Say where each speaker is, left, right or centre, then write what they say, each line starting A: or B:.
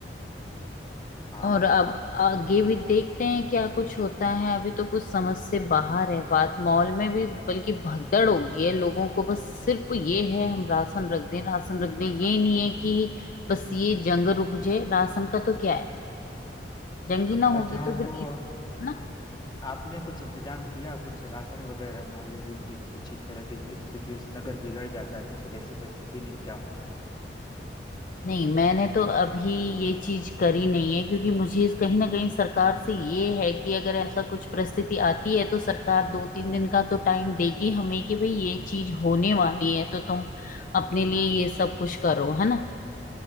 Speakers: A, on the left (about 25°); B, on the left (about 50°).
A: हाँ
B: और अब आगे भी देखते हैं क्या कुछ होता है अभी तो कुछ समझ से बाहर है बात मॉल में भी बल्कि भगदड़ हो गई है लोगों को बस सिर्फ ये है हम राशन रख दें राशन रख दें ये नहीं है कि बस ये जंग रुक जाए राशन का तो क्या है जंग ही ना
A: अच्छा
B: होगी
A: हाँ
B: तो फिर
A: तो
B: इस
A: अ,
B: ना
A: आपने कुछ इंतजाम किया कुछ राशन वगैरह मान लीजिए कि कुछ इस तरह की इस सिचुएशन अगर बिगड़ जाता है तो फिर ऐसी परिस्थिति में क्या होगा
B: नहीं मैंने तो अभी ये चीज करी नहीं है क्योंकि मुझे इस- कहीं ना कहीं सरकार से ये है कि अगर ऐसा कुछ परिस्थिति आती है तो सरकार दो तीन दिन का तो टाइम देगी हमें कि भाई ये चीज होने वाली है तो तुम अपने लिए ये सब कुछ करो है ना